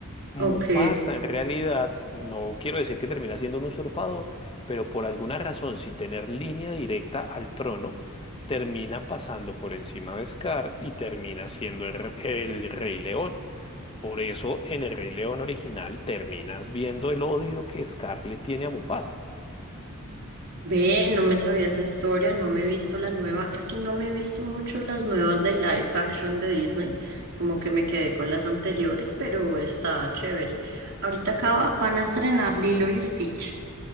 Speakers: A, on the left (about 25°); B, on the right (about 80°).
A: Mufasa
B: Ok.
A: en realidad, no quiero decir que termina siendo un usurpador, pero por alguna razón, sin tener línea directa al trono, termina pasando por encima de Scar y termina siendo el, el Rey León. Por eso en el Rey León original terminas viendo el odio que Scarlett tiene a Mufasa. <laughs>
B: Ve, no me sabía esa historia, no me he visto la nueva. Es que no me he visto mucho las nuevas de live action de Disney, como que me quedé con las anteriores, pero está chévere. Ahorita acaba, van a estrenar Lilo y Stitch